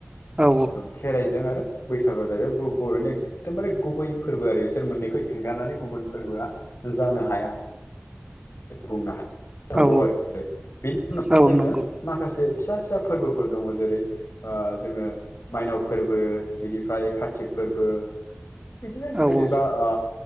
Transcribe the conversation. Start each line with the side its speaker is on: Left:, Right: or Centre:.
Right: औ
Left: खेराइजों आरो बैसागु जाहैबाय बर'नि एकदमबारे गुबै फोरबो आरो बिसोर मोननैखौ एंगारनानै गुबुन फोरबोआ जानो हाया बुंनो हा नोंगौ
Right: औ
Left: आरो बेनि उनावसो
Right: औ
Left: जोङो
Right: नंगौ
Left: माखासे, फिसा फिसा फोरबोफोर दङ जेरै ओ जोङो मायनाव फोरबो बिनिफ्राय कारतिक फोरबो बिदिनो
Right: औ
Left: जेनेबा
Right: औ
Left: ओ